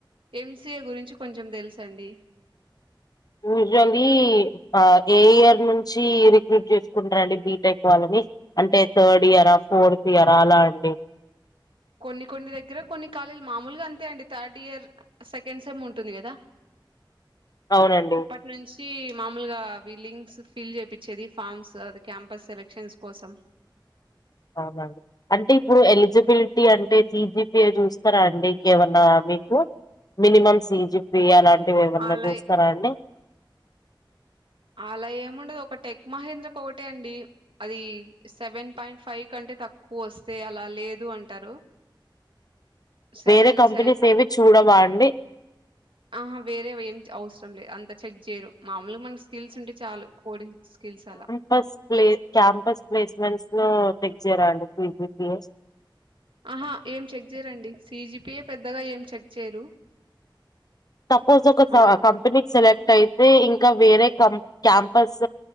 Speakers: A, on the right; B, on the left.
A: ఎంసీఏ గురించి కొంచెం తెలుసండి
B: యూజువలీ ఆ ఏ ఇయర్ నుంచి రిక్రూట్ చేసు ఉంటారండి బీటెక్ వాళ్ళని అంటే థర్డ్ ఇయరా ఫోర్త్ ఇయరా అలా అండి
A: కొన్ని కొన్ని దగ్గర కొన్ని కాళీలు మామూలుగా అంతే అండి థర్డ్ ఇయర్ సెకండ్ సెమ్ ఉంటుంది కదా
B: అవునండి
A: నుంచి మామూలుగా అవి లింక్స్ ఫిల్ చేపిచ్చేది ఫామ్స్ అది క్యాంపస్ సెలక్షన్స్ కోసం
B: అవునండి అంటే ఇప్పుడు ఎలిజిబిలిటీ అంటే సిజిపిఏ చూస్త స్తారా అండి ఇంకేమన్నా మీకు మినిమం సీజ్ పిఏ అలాంటివి ఎవన్నా
A: అలా
B: చూస్తారా అండి
A: అలా ఏముండదు ఒక టెక్ మహేంద్ర ఓకటే అండి అది సెవెన్ పాయింట్ ఫైవ్ కంటే తక్కువ వస్తే అలా లేదు అంటారు సెవెన్
B: వేరే కంపెనీస్
A: సెవెన్ పాయింట్
B: ఏవి చూడవా అండి
A: ఆహా వేరే వేం అవసరం లేదు అంత చెక్ చేయరు మామూలుగా మన స్కిల్స్ ఉంటే చాలు కోడింగ్ స్కిల్స్ అలా
B: ఫస్ట్ ప్లే క్యాంపస్ ప్లేస్మెంట్స్ లో చెక్ చేయరా అండి సిజిపిఏ
A: ఆహా ఏం చెక్ చేయరండి సిజిపిఎ పెద్దగా ఏం చెక్ చేయరు
B: సపోజ్ ఒక
A: మామూలు
B: ఆ కంపెనీకి సెలెక్ట్ అయితే ఇంకా వేరే కం క్యాంపస్